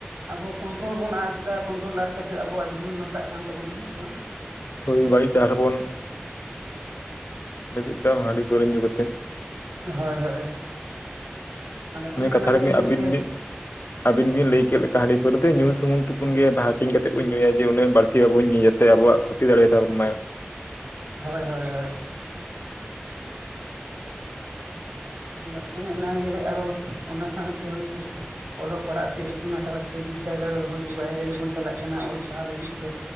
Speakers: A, on the right (about 60°); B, on the left (about 65°).
A: ᱟᱵᱚ ᱠᱚᱱᱴᱨᱳᱞ ᱵᱚᱱ ᱟᱫ ᱮᱫᱟ, ᱠᱚᱱᱴᱨᱳᱞ ᱟᱫ ᱠᱟᱛᱮᱫ ᱟᱵᱚᱣᱟᱜ ᱡᱤᱭᱚᱱ ᱱᱟᱥᱟᱜ ᱠᱟᱱ ᱛᱟᱵᱚᱱᱟ, ᱦᱮᱸ ᱥᱮ ᱵᱟᱝ?
B: ᱦᱳᱭ ᱵᱟᱹᱲᱤᱡ ᱰᱟᱦᱟᱨ ᱵᱚᱱ ᱞᱟᱹᱜᱤᱫ ᱫᱟᱢ ᱦᱟᱺᱰᱤ ᱯᱟᱹᱣᱨᱟᱹ ᱧᱩ ᱠᱟᱛᱮᱫ
A: ᱦᱳᱭ, ᱦᱳᱭ, ᱟᱫᱚ ᱚᱱᱮ
B: ᱠᱟᱛᱷᱟ
A: ᱚᱱᱟᱜᱮ
B: ᱨᱮᱜᱮ
A: ᱜᱚᱝᱠᱮ
B: ᱟᱹᱵᱤᱱ ᱵᱤᱱ ᱟᱹᱵᱤᱱ ᱵᱤᱱ ᱞᱟᱹᱭ ᱠᱮᱫ ᱞᱮᱠᱟ ᱦᱟᱺᱰᱤ ᱯᱟᱹᱣᱟᱹ ᱫᱚ ᱧᱩ ᱥᱩᱢᱩᱱ ᱴᱩᱠᱩᱱ ᱜᱮ ᱵᱷᱟᱠ ᱦᱟᱹᱴᱤᱧ ᱠᱟᱛᱮᱫ ᱵᱚᱱ ᱧᱩᱭᱟ ᱡᱮ ᱩᱱᱟᱹᱜ ᱵᱟᱹᱲᱛᱤ ᱵᱟᱵᱚᱱ ᱧᱩᱭᱟ ᱡᱟᱛᱮ ᱟᱵᱚᱣᱟᱜ ᱛᱤ ᱫᱟᱲᱮᱭᱟᱛᱟᱵᱚᱱᱟᱭ ᱾
A: ᱦᱳᱭ ᱦᱳᱭ ᱦᱳᱭ᱾ ᱟᱫᱚ ᱚᱱᱮ ᱚᱱᱟᱜᱮ ᱟᱨᱚ ᱚᱱᱟ ᱥᱟᱶᱛᱮ ᱦᱳᱭᱛᱳ ᱚᱞᱚᱜ ᱯᱟᱲᱦᱟᱜ ᱥᱮ ᱤᱛᱩᱱ ᱟᱥᱲᱟ ᱥᱮ ᱵᱤᱫᱽᱫᱟᱹᱜᱟᱲ ᱦᱳᱭᱛᱳ ᱵᱟᱭᱨᱮ ᱨᱮᱵᱚᱱ ᱪᱟᱞᱟᱜ ᱠᱟᱱᱟ ᱚᱞ ᱯᱟᱲᱦᱟᱣ ᱞᱟᱹᱜᱤᱫ ᱛᱮ,